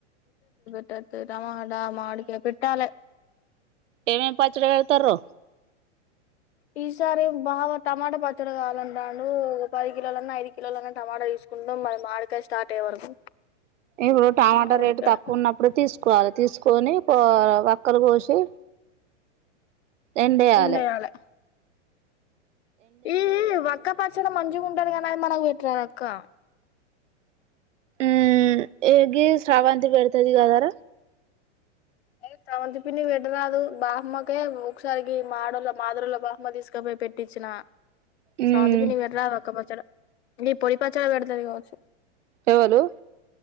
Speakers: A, on the left; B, on the right.
A: టోతది టమాట మావిడికై పెట్టాలె
B: ఏమేం పాచ్చడి పెడితార్రు
A: ఈసారి బావ టమాటా పచ్చడి కావాలంటండూ ఒక పది కిలోలన్నా ఐదు కిలోలన్నా టమాటా తి కుందం మరి మావిడికై స్టార్ట్ అయ్యే వరకు
B: ఇగో టమాటా
A: మామిడికాయ
B: రేటు తక్కువున్నప్పుడే తీసుకోవాలే తీసుకొని పో వక్కలు పోసి ఎండెయాలె
A: ఎండేయాలె ఈ ఈ వక్క పచ్చడి మంచిగుంటది కానీ అద్ మనక్ వెట్రాద్దక్క
B: ఉమ్ ఏ గీ శ్రవంతి వెడ్తది గదర
A: ఎ స్రవంతి పిన్ని వెట్టరదు బాహమ్మకే ఒకసారి గీ మాడోల మాదురోల బాహమ్మ తీసుకపోయి పే పెట్టిచినా
B: మ్మ్
A: స్రవంతి పిన్ని కీ పేటరాదక్క పచ్చడ అన్ని పోయి పచ్చడ పేడ్తది కావచ్చు
B: ఎవలూ